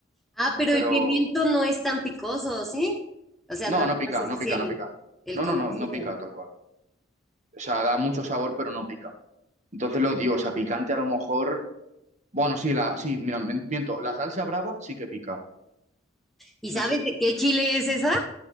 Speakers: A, in the centre; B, on the right (about 35°).
A: Ah, pero
B: Pero
A: el pimiento no es tan picoso, ¿sí? O sea,
B: no,
A: no no
B: no pica,
A: haces
B: no
A: así
B: pica,
A: el,
B: no pica.
A: el
B: No,
A: colorcito.
B: no, no, no pica tal cual. O sea, da mucho sabor, pero no pica. Entonces lo que digo, o sea, picante a lo mejor. Bueno, sí, la, sí, mira, men- miento. La salsa brava sí que pica.
A: ¿Y sabes
B: No sé,
A: de qué chile es esa?